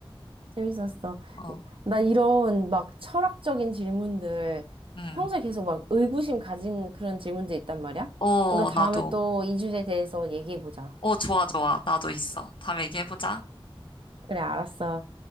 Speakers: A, on the right; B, on the left.
A: 재밌었어.
B: 어,
A: 나 이런 막 철학적인 질문들
B: 음.
A: 평소에 계속 막 의구심 가진 그런 질문들 있단 말이야?
B: 어,
A: 이거 다음에
B: 나도.
A: 또 이 주제에 대해서 얘기해보자.
B: 어, 좋아, 좋아. 나도 있어. 다음에 얘기해보자.
A: 그래, 알았어.